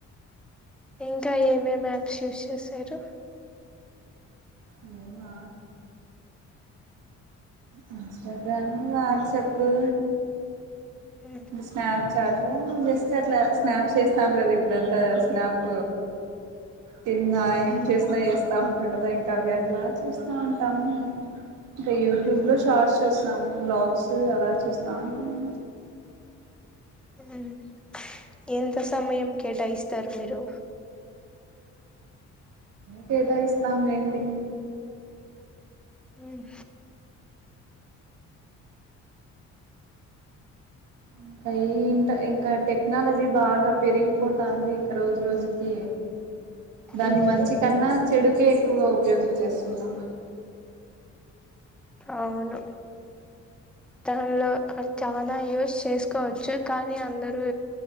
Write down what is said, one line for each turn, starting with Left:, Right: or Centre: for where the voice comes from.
Centre: ఇంకా ఏమేమి యాప్స్ యూస్ చేసారు
Right: నేనా ఇన్స్టాగ్రామ్ వాట్సపు
Centre: మ్మ్,
Right: స్నాప్ చాట్లో జస్ట్ అట్ల స్నాప్ ఎస్తంటారు కదా ఇప్పుడంత స్నాప్ తిన్న ఎంచేస్తూన్న
Centre: మ్మ్,
Right: ఏస్తా ఉంటాము ఇంకా అవి అట్ల చూస్తాఉంటాము ఇంకా యూట్యూబ్లో
Centre: మ్మ్,
Right: షార్ట్స్ చూస్తాము వ్లాగ్స్ అలా చూస్త ఉంటాము
Centre: మ్మ్. ఎంత సమయం కేటాయిస్తారు మీరు
Right: కేటా ఇస్తాంలేండి
Centre: మ్మ్
Right: ఇంకా ఈ ఇంట ఇంకా టెక్నాలజీ బాగా పెరిగిపోతాంది ఇంకా రోజు రోజుకి దాన్ని
Centre: మ్మ్.
Right: మంచి కన్నా చెడుకే ఎక్కువగా ఉపయోగిచేస్తున్నాం
Centre: అవును దానిలో అంటె చానా యూస్ చేస్ కోవచ్చు కానీ అందరూ